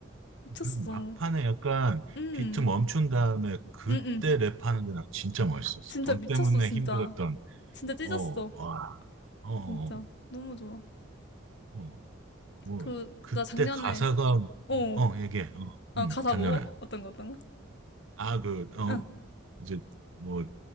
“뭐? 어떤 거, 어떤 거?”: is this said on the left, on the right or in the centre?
Left